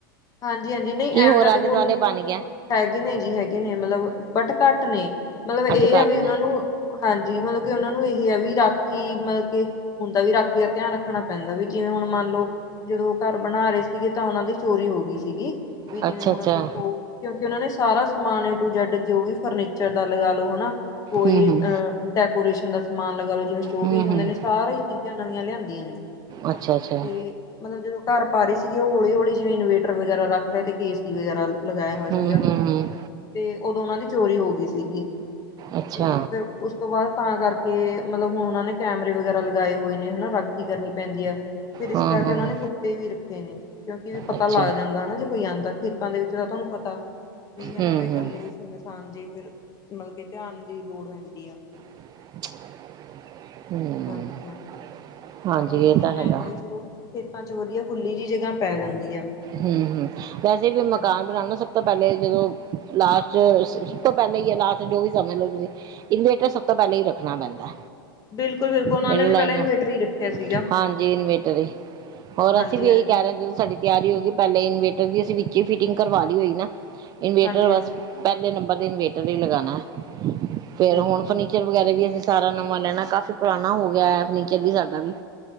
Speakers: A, on the left (about 30°); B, on the right (about 30°).
A: ਹਾਂਜੀ -ਹਾਂਜੀ ਨਹੀਂ
B: ਕੀ
A: ਐਵੇਂ
B: ਹੋਰ
A: ਤਾਂ
B: ਆਲੇ
A: ਦੇਖੋ
B: ਦੁਆਲੇ
A: <inaudible>
B: ਬਣ ਗਿਆ
A: ਹੈਗੇ ਨੇ ਜੀ ਹੈਗੇ ਨੇ ਮਤਲਬ ਬਟ ਘੱਟ ਨੇ, ਮਤਲਬ ਇਹ
B: ਅੱਛਾ ਘੱਟ
A: ਆ ਵੀ ਉਹਨਾਂ
B: ਨੇ
A: ਨੂੰ ਹਾਂਜੀ, ਮਤਲਬ ਕੇ ਉਹਨਾਂ ਨੂੰ ਇਹ ਹੈ ਵੀ ਰਾਖੀ ਮਤਲਬ ਕੇ ਹੁੰਦਾ ਵੀ ਰਾਖੀ ਦਾ ਧਿਆਨ ਰੱਖਣਾ ਪੈਂਦਾ ਵੀ ਜਿਵੇਂ ਹੁਣ ਮੰਨ ਲਓ ਜਦੋਂ ਉਹ ਘਰ ਬਣਾ ਰਹੇ ਸੀਗੇ ਤਾਂ ਉਹਨਾਂ ਦੀ ਚੋਰੀ ਹੋ ਗਈ ਸੀਗੀ, ਵੀ ਜਿਵੇਂ
B: ਅੱਛਾ
A: ਹੁਣ
B: ਅੱਛਾ
A: ਉਹ ਦੇਖੋ ਕਿਉਂਕਿ ਉਹਨਾਂ ਨੇ ਸਾਰਾ ਸਮਾਨ ਏ ਟੂ ਜੈਡ ਜੋ ਵੀ ਫਰਨੀਚਰ ਦਾ ਲਗਾ ਲਓ ਹਨਾ। ਕੋਈ
B: ਹੂੰ ਹੂੰ
A: ਅ ਡੈਕੋਰੇਸ਼ਨ ਦਾ ਸਮਾਨ ਲਗਾ ਲਓ ਜਿਵੇਂ ਸੋ਼ਪੀਸ
B: ਹੂੰ
A: ਹੁੰਦੇ
B: ਹੂੰ
A: ਨੇ ਸਾਰੇ ਚੀਜ਼ਾਂ ਨਵੀਆਂ ਲਿਆਂਦੀਆਂ ਨੇ।
B: ਅੱਛਾ- ਅੱਛਾ।
A: ਤੇ ਮਤਲਬ ਜਦੋਂ ਘਰ ਪਾ ਰਹੀ ਸੀਗੀ ਉਹ ਹੌਲੀ ਹੌਲੀ ਜਿਵੇਂ ਇਨਵੈਟਰ ਵਗੈਰਾ ਰੱਖ ਤੇ ਏ ਸੀ ਵਗੈਰਾ ਲਗਾਇਆ ਹੋਇਆ ਸੀਗਾ,
B: ਹੂੰ ਹੂੰ ਹੂੰ
A: ਤੇ ਉਦੋਂ ਉਹਨਾਂ ਦੀ ਚੋਰੀ ਹੋ ਗਈ ਸੀਗੀ।
B: ਅੱਛਾ
A: ਤੇ ਫਿਰ ਉਸ ਤੋਂ ਬਾਅਦ ਤਾਂ ਕਰਕੇ ਮਤਲਬ ਹੁਣ ਉਹਨਾਂ ਨੇ ਕੈਮਰੇ ਵਗੈਰਾ ਲਗਾਏ ਹੋਏ ਨੇ ਹਨਾ ਰਾ ਖੀ ਕਰਨੀ ਪੈਂਦੀ ਹੈ। ਫਿਰ ਇਸ
B: ਹਾਂ
A: ਕਰਕੇ
B: ਹਾਂ
A: ਉਹਨਾਂ ਨੇ ਕੁੱਤੇ ਵੀ ਰੱਖੇ ਨੇ ਕਿਉਂਕਿ ਵੀ
B: ਅੱਛਾ
A: ਨਾਲੇ ਜੇ ਕੋਈ ਆਉਂਦਾ ਖੇਤਾਂ ਦੇ ਵਿੱਚ ਤਾਂ ਤੁਹਾਨੂੰ ਪਤਾ ਵੀ ਹਨਾ
B: ਹੂੰ
A: ਐਵੇਂ
B: ਹੂੰ
A: ਇਕੱਲੇ ਸੁੰਨਸਾਨ ਜੀ ਫੇਰ ਮਤਲਬ ਕਿ ਧਿਆਨ ਦੀ ਲੋੜ ਪੈਂਦੀ ਆ।
B: <inaudible> ਹੂੰ।
A: ਹਾਂਜੀ ਹਾਂਜੀ।
B: ਹਾਂਜੀ
A: ਪਰ ਮਤਲਬ
B: ਇਹ ਤਾਂ ਹੈਗਾ
A: ਐਵੇਂ ਆ ਵੀ ਚਲੋ, ਖੇਤਾਂ ਚ ਵਧੀਆ ਖੁੱਲ੍ਹੀ ਜਿਹੀ ਜਗ੍ਹਾ ਪੈ ਜਾਂਦੀ ਆ।
B: ਹੂੰ -ਹੂੰ ਵੈਸੇ ਵੀ ਮਕਾਨ
A: ਹਾਂਜੀ।
B: ਬਣਾਉਦਾ ਸ ਸਭ ਤੋਂ ਪਹਿਲੇ ਜਦੋਂ ਲਾਸਟ ਸਭ ਤੋਂ ਪਹਿਲੇ ਹੀ ਲਾਸਟ ਜੋ ਵੀ ਸਮਝ ਲਓ ਤੁਸੀਂ ਇਨਵਰਟਰ ਸਭ ਤੋਂ ਪਹਿਲਾਂ ਹੀ ਰੱਖਣਾ ਪੈਂਦਾ।
A: ਬਿਲਕੁਲ ਬਿਲਕੁਲ ਉਹਨਾਂ
B: ਪਿੰਡ
A: ਨੇ ਵੀ ਪਹਿਲਾਂ
B: ਲੈ ਜਾ
A: ਇਨਵੇਟਰ ਹੀ ਰੱਖਿਆ ਸੀਗਾ
B: ਹਾਂਜੀ ਇਨਵਰਟਰ ਏ। ਹੋਰ
A: ਹਾਂਜੀ
B: ਅਸੀਂ ਇਹੀ
A: ਹਾਂਜੀ
B: ਕਹਿ ਰਹੇ ਜੇ ਸਾਡੀ ਤਿਆਰੀ ਹੋ ਗਈ ਪਹਿਲੇ ਇਨਵੇਟਰ ਦੀ ਅਸੀਂ ਵਿੱਚ ਹੀ ਫਿਟਿੰਗ ਕਰਵਾ ਲਈ ਹੋਈ ਨਾ ਇਨਵੇਟਰ
A: ਹਾਂਜੀ
B: ਬਸ
A: ਹਾਂਜੀ,
B: ਪਹਿਲੇ ਨੰਬਰ ਤੇ ਇਨਵੇਟਰ ਹੀ ਲਗਾਉਣਾ ਫਿਰ
A: ਬਿਲਕੁਲ।
B: ਹੁਣ ਫਰਨੀਚਰ ਵਗੈਰਾ ਵੀ ਅਸੀਂ ਸਾਰਾ ਨਵਾਂ ਲੈਣਾ, ਕਾਫੀ ਪੁਰਾਣਾ ਹੋ ਗਿਆ ਹੈ ਫਰਨੀਚਰ ਵੀ ਸਾਡਾ ਵੀ